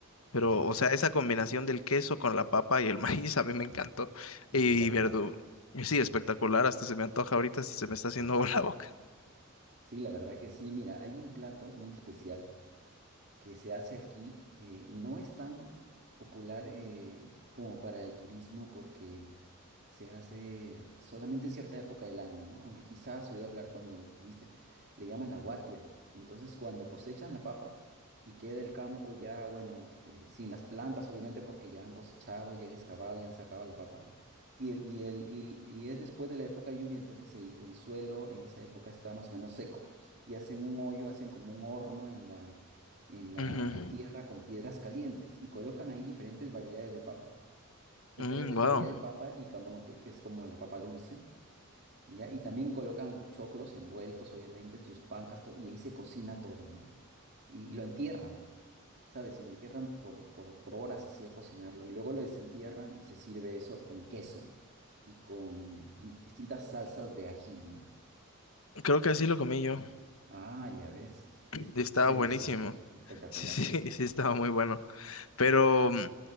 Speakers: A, on the left; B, on the right.
A: Pero,
B: Ya,
A: o sea, esa combinación del queso con la papa y el <laughs> maíz a mí me encantó.
B: espectacular,
A: Y verdú. y Sí, espectacular, hasta se me antoja ahorita, hasta se me está
B: sí.
A: haciendo <laughs> agua la boca.
B: Sí, la verdad que sí. Mira, hay un plato muy especial que se hace aquí. eh, no es tan popular eh, como para el turismo porque se hace solamente en cierta época del año, ¿no? Aunque quizás has oído hablar cuando estuviste, le llaman la guatia. Entonces, cuando cosechan la papa y queda el campo ya, bueno, este, sin las plantas, obviamente, porque ya han cosechado, ya han excavado, ya han sacado la papa, ¿no? Y, el, y, el, y, el- y es después de la época de lluvia, entonces el, el suelo en esa época está más o menos seco y hacen un hoyo, hacen como un horno en la, en la
A: Ujú.
B: tierra con piedras calientes y colocan ahí diferentes variedades de papa diferentes
A: Mm, wow,
B: variedades de papa y camote, que es como la papa dulce, ¿ya? Y también colocan los choclos envueltos, obviamente, sus pancas, todo, y ahí se cocina todo, ¿no? Y, y lo entierran, ¿sabes? Y lo entierran por, por, por horas así a cocinarlo, y luego lo desentierran y se sirve eso con queso y con di- distintas salsas de ají, ¿no?
A: creo que así lo comí yo.
B: Ah, ya ves,
A: y
B: es,
A: Estaba
B: es delicioso,
A: buenísimo.
B: espectacular.
A: Sí, sí, <laughs> sí, estaba muy bueno. Pero, mm,